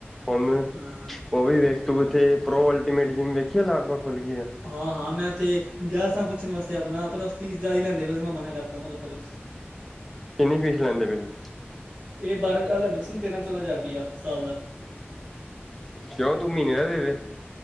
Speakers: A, in the centre; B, on the right.
A: ਹੁਣ
B: ਹਾਂ
A: ਉਹ ਵੀ ਦੇਖ ਤੂੰ ਇੱਥੇ ਪ੍ਰੋ ਅਲਟੀਮੇਟ ਜਿਮ ਵੇਖੀ ਲਾਲ ਬਾਗ ਖੁੱਲ ਗਈ ਆ।
B: ਹਾਂ-ਹਾਂ, ਮੈਂ ਉੱਥੇ ਗਿਆ ਸਾਂ ਪੁੱਛਣ ਵਾਸਤੇ ਆਪਣਾ ਪਰ ਫੀਸ ਜ਼ਿਆਦਾ ਲੈਂਦੇ ਪਏ ਸੀ। ਮੈਂ ਮਨਾ ਕਰਤਾ ਕਿਹਾ ਭੱਜ ਜੋ।
A: ਕਿੰਨੀ ਫੀਸ ਲੈਂਦੇ ਪਏ ਨੇ।
B: ਇਹ ਬਾਰਾਂ ਹਜ਼ਾਰ ਲੈਂਦੇ ਸੀ ਹੁਣ, ਤੇਰਾਂ- ਚੌਦਾਂ ਹਜ਼ਾਰ ਰੁਪਈਆ ਸਾਲ ਦਾ।
A: ਕਿਉ ਤੂੰ ਮਹੀਨੇ ਦਾ ਦੇਂਦੇ।